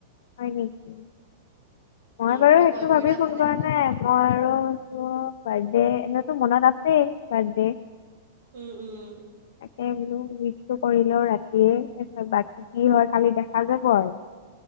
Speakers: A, on the left (about 70°); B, on the right (about 75°).
A: উম' -উম' মই বাৰু
B: তুমি
A: সেইটো
B: কল কৰিলা
A: ভাবি ফোন
B: ভালে
A: কৰা
B: হ'ল
A: নাই। এই' মই আৰু তোৰ বাৰ্থডে, এনেতো মনত আছেই বাৰ্থডে।
B: উম'-উম'।
A: তাকে বোলোঁ উইছটো কৰি লওঁ ৰাতিয়ে, তাৰপিছত বাকী কি হয় কালি, দেখা যাব আৰু।